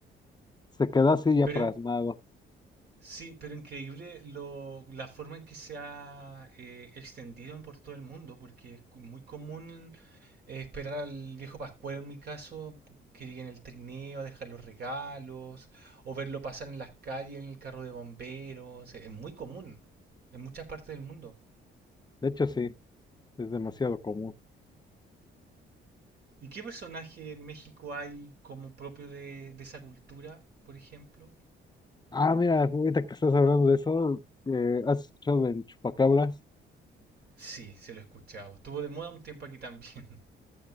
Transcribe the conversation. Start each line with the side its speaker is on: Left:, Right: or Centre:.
Left: se quedó así ya
Right: Pero
Left: plasmado.
Right: Sí, pero increíble lo, la forma en que se ha eh, extendido en por todo el mundo, porque es cu- muy común eh, esperar al viejo Pascuero en mi caso, que llegue en el trineo a dejar los regalos, o verlo pasar en las calles en el carro de bomberos, eh, es muy común en muchas partes del mundo.
Left: De hecho, sí, es demasiado común.
Right: ¿Y qué personaje en México hay como propio de, de esa cultura, por ejemplo?
Left: Ah, mira, ahorita que estás hablando de eso, eh, ¿has escuchado en chupacabras?
Right: Sí, se lo he escuchado. Estuvo de moda un tiempo aquí también.